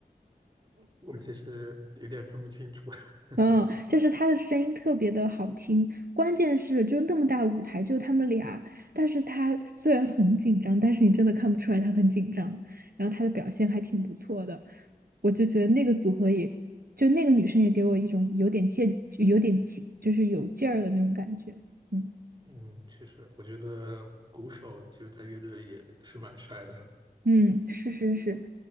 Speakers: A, on the right (about 30°); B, on the right (about 70°).
A: 我其实有点分不清楚。<laughs>
B: 嗯，就是他的声音特别的好听，关键是就那么大舞台，就他们俩，但是他虽然很紧张，但是你真的看不出来他很紧张，然后他的表现还挺不错的，我就觉得那个组合也，就那个女生也给我一种有点劲，有点劲，就是有劲儿的那种感觉。嗯。
A: 嗯，确实，我觉得鼓手其实，在乐队里也是蛮帅的。
B: 嗯，是是是，